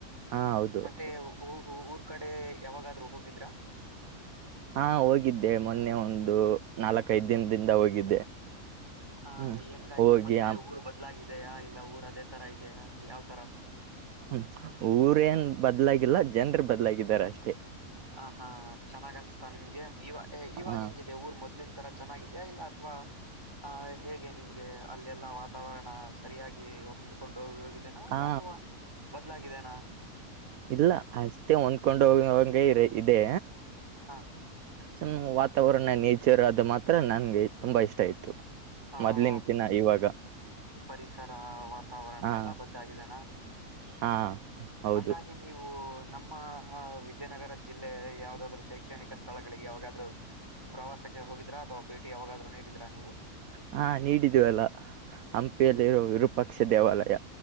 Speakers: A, on the right; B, on the right.
A: ಹಾ ಹೌದು
B: ಮತ್ತೆ ಓ್ಹ್ ಊರ್ ಕಡೆ ಯಾವಾಗಾದ್ೂ ಹೋಗಿದ್ರಾ
A: ಹಾ ಹೋಗಿದ್ದೆ ಮೊನ್ನೆ ಒಂದು ನಾಲ್ಕ ಐದು ದಿನದಿಂದ ಹೋಗಿದ್ದೆ
B: ಹ
A: ಹ್ಮ್
B: ಹೆಂಗಾಯ್ತು
A: ಹೋಗಿ
B: ಮತ್ತೆ ಊರ್ ಬದ್ಲಾಗಿದೆಯಾ ಇಲ್ಲ ಊರ್ ಅದೇ ತರ ಇದೆಯಾ ಯಾವ್ತರ
A: ಹ್ಮ ಊರೇಏನ್ ಬದ್ಲಾಗಿಲ್ಲ ಜನ್ರು ಬದ್ಲಾಗಿದಾರ ಅಷ್ಟೇ
B: ಹ ಹಾ ಚೆನ್ನಾಗ್ ಅನ್ಸ್್ತಾ ನಿಮ್ಗೆ ಇವ ಇವಾಗ
A: ಹ
B: ಹೆಂಗ ೇ ಊರು ಮೊದ್ಲಿನ ತರ ಚೆನ್ನಾಗಿದೆಯಾ ಇಲ್ಲ ಅಥವಾ ಆ ಹೇಗೆ ನಿಮ್ಗೆ ಅಲ್ಲೆಲ್ಲಾ ವಾತಾವರಣ ಸರಿಯಾಗಿ ಹೊಂದು ಕೊಂಡು ಹೋಗಿ ಹೋಗಿದ್ದೇನಾ
A: ಹಾ
B: ಇಲ್ಲ ಅಥವಾ ಬದ್ಲಾಗಿದನಾ
A: ಇಲ್ಲ ಅಷ್ಟೇ ಹೊಂದ್ಕೊಂಡ ಹೋಗುವಂ ಇ ಇದೆ
B: ಹಾ
A: ಹ್ಮು ವಾತಾವರಣ ನೇಚರ್ ಅದು ಮಾತ್ರ ನನ್ಗೆ ತುಂಬಾ ಇಷ್ಟ ಆಯತು
B: ಓಹೋ
A: ಮೊದ್ಲಿನ ದಿನ ಇವಾಗ
B: ಪರಿಸರ ವಾತಾವರಣ
A: ಹಾ
B: ಎಲ್ಲಾ ಬದ್ದ ಆಗಿದೆನಾ
A: ಹಾ ಹೌದು
B: ಹಾಗಿ ನೀ ನೀವು ನಮ್ಮ ವಿಜಯನಗರ ಜಿಲ್ಲೆ ಯಾವದಾದ್ರು ಶೈಕ್ಷಣಿಕ ಸ್ಥಳಗಳಿಗೆ ಯಾವಾಗಾದ್ರು ಪ್ರವಾಸಕ್ಕೆ ಹೋಗಿದ್ರಾ ಅಥವಾ ಭೇಟಿ ಯಾವಾಗಾದ್ೂ ನೀಡಿದೀ್ರಾ ನೀವು
A: ಹಾ ನೀಡಿದು ಅಲ್ಲ ಹಂಪಿಯಲ್ಲಿರೋ ವಿರೂಪಾಕ್ಷ ದೇವಾಲಯ